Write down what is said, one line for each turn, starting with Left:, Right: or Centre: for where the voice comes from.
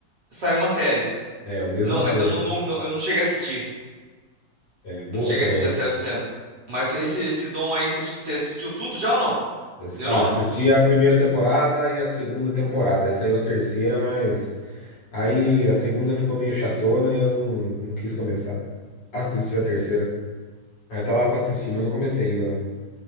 Right: saiu uma série.
Left: É, o mesmo
Right: Não,
Left: ator.
Right: mas eu não, não- não- eu não cheguei a assistir.
Left: É, boa
Right: Não cheguei
Left: também.
Right: a assistir a série do Senna. Mas esse esse Dom aí, você você assistiu tudo já ou não?
Left: Assi-
Right: Zerou?
Left: Ah, assisti a primeira temporada e a segunda temporada. Aí saiu a terceira, mas aí a segunda ficou meio chatona e eu não, não quis começar a assistir a terceira. Aí tá lá pra assistir, mas não comecei ainda,